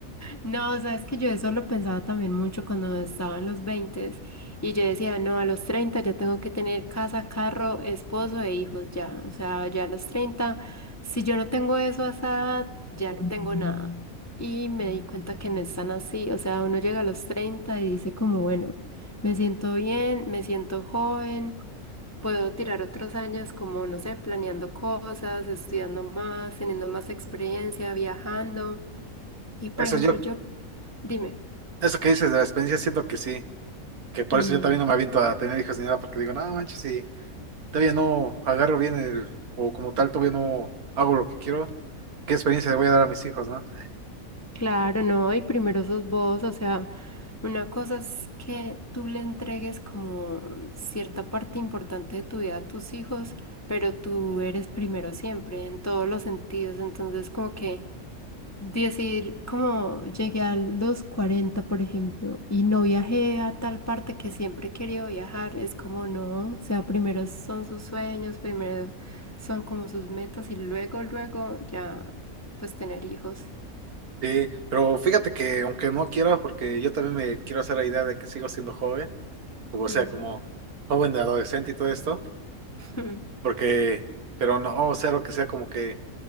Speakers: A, on the left (about 20°); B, on the right (about 80°).
A: No, sabes que yo eso lo pensaba también mucho cuando estaba en los 20 y yo decía, no, a los 30 ya tengo que tener casa, carro, esposo e hijos ya. O sea, ya a los treinta si yo no tengo eso a esa edad, ya no tengo nada. Y me di cuenta que no es tan así. O sea, uno llega a los 30 y dice como, bueno, me siento bien, me siento joven. Puedo tirar otros años como, no sé, planeando cosas, estudiando más, teniendo más experiencia, viajando. Y por
B: Eso
A: ejemplo,
B: yo,
A: yo, dime,
B: eso que dices de la experiencia siento que sí, que por
A: "Mm,
B: eso yo también no me aviento a tener hijos ni nada, porque digo, no manches, si todavía no agarro bien el, o como tal todavía no hago lo que quiero, ¿qué experiencia le voy a dar a mis hijos, no?
A: claro, no, y primero sos vos, o sea, una cosa es que tú le entregues como cierta parte importante de tu vida a tus hijos, pero tú eres primero siempre, en todos los sentidos, entonces como que... Decir, como llegué a los 40 por ejemplo, y no viajé a tal parte que siempre he querido viajar, es como no, o sea, primero son sus sueños, primero son como sus metas y luego, luego ya, pues tener hijos.
B: Sí, pero fíjate que aunque no quiera, porque yo también me quiero hacer la idea de que sigo siendo joven, o sea,
A: Mm.
B: como joven de adolescente y todo esto,
A: <laughs>
B: porque, pero no, o sea, lo que sea, como que